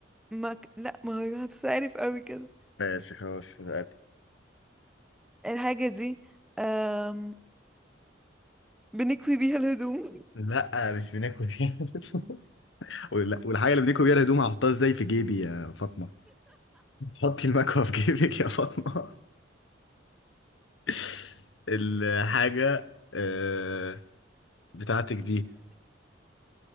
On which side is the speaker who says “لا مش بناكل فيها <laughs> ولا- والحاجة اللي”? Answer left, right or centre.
Left